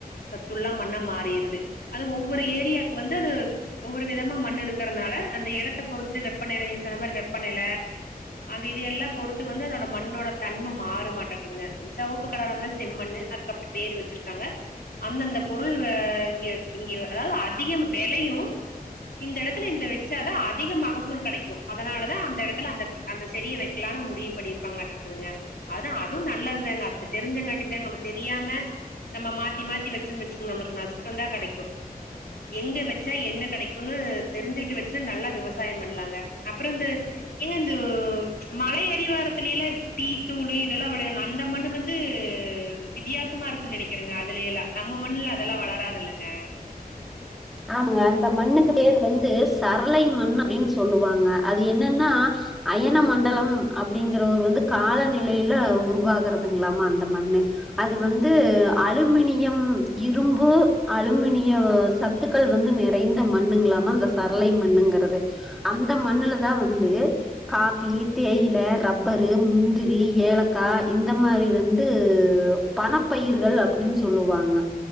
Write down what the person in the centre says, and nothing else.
ஆமாங்க அந்த மண்ணுக்கு பேர் வந்து சரளை மண் அப்டின் சொல்லுவாங்க அது என்னன்னா அயன மண்டலம் அப்படிங்கற ஒருவரு வந்து காலநிலயில உருவாகறதுங்களாமா அந்த மண்ணு அது வந்து அலுமினியம் இரும்பு அலுமினிய சத் சத்துக்கள் வந்து நிறைந்த மண்ணுங்களாமா அந்த சரளை மண்ணுங்கிறது அந்த மண்ணுலதா வந்து காப்பி தேயில ரப்பரு முந்திரி ஏலக்கா இந்த மாரி வந்து பணப்பயிர்கள் அப்டினு சொல்லுவாங்க